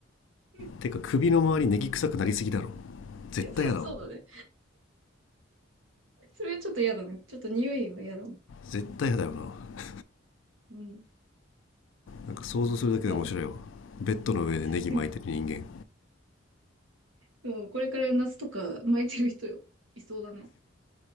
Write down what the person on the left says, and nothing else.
てか首の周りネギ臭くなりすぎだろ絶対やだわ
絶対やだよな
なんか想像するだけで面白いわ
ベッドの上でネギ巻いてる人間